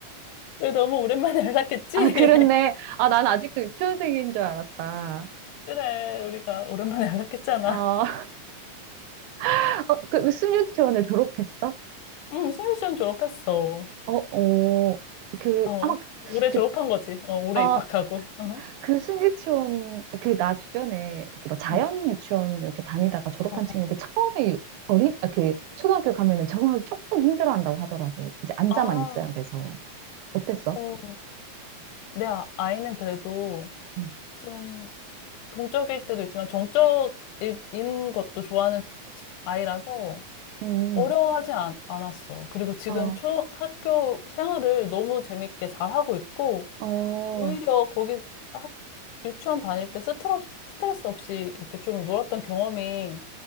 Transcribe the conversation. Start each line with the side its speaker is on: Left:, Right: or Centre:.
Left: 왜 너무 오랜만에 연락했지?
Right: 아, 그렇네.
Left: <laughs>
Right: 아, 난 아직도 유치원생인 줄 알았다.
Left: 그래, 우리가 오랜만에 연락했잖아.
Right: 어, <laughs> 어, 그 무슨 유치원을 졸업했어?
Left: 응, 숨유치원 졸업했어.
Right: 어, 어, 그,
Left: 어,
Right: 아마,
Left: 올해
Right: 그,
Left: 졸업한 거지. 어, 올해
Right: 아,
Left: 입학하고. 어,
Right: 그 순유치원, 그, 나 주변에 이렇게 막 자연
Left: 응.
Right: 유치원 이렇게 다니다가 졸업한
Left: 어,
Right: 친구들
Left: 어. <laughs>
Right: 처음에 어린, 아, 그, 초등학교 가면은 적응하기 조금 힘들어 한다고 하더라고. 이제 앉아만
Left: 아,
Right: 있어야 돼서. 어땠어?
Left: 어. 내 아- 아이는 그래도
Right: 음,
Left: 좀 동적일 때도 있지만 정적인 것도 좋아하는 아이라서
Right: 음,
Left: 어려워하지 않, 않았어. 그리고 지금
Right: 어,
Left: 초등학교 생활을 너무 재밌게 잘하고 있고,
Right: 어,
Left: 오히려 거기 학, 유치원 다닐 때 스트레스, 스트레스 없이 이렇게 좀 놀았던 경험이